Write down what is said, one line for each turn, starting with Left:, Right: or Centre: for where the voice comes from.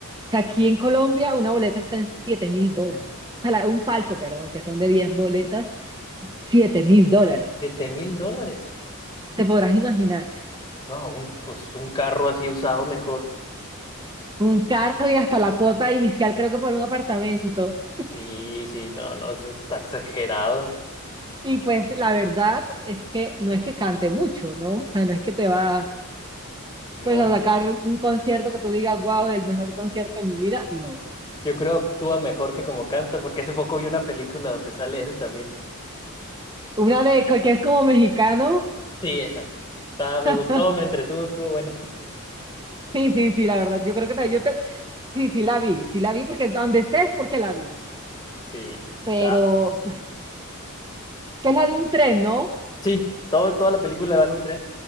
Right: sea, aquí en Colombia una boleta está en siete mil dólares. O sea, la- un palco, perdón, que son de 10 boletas, siete mil dólares.
Left: Siete mil dólares.
Right: Te podrás imaginar.
Left: No, un- pues un carro así usado mejor.
Right: Un carro y hasta la cuota inicial, creo que por un apartamento.
Left: Sí, sí, no, no, es- está exagerado.
Right: Y pues la verdad es que no es que cante mucho, ¿no? O sea, no es que te va
Left: No.
Right: pues a sacar un concierto que tú digas, wow, el mejor concierto de mi vida, no.
Left: Yo creo que actúa mejor que como canta, porque hace poco vi una película donde sale él también.
Right: Una de que es como mexicano,
Left: Sí, esa. Está- me
Right: <laughs>
Left: gustó, me entretuvo, estuvo buena.
Right: sí, sí, sí, la verdad, yo creo que te- yo te, sí, sí la vi, sí la vi porque donde sé es porque la vi,
Left: Sí,
Right: pero
Left: está.
Right: pues, que es la de un tren, ¿no?
Left: Sí, todo, toda la película va en un tren.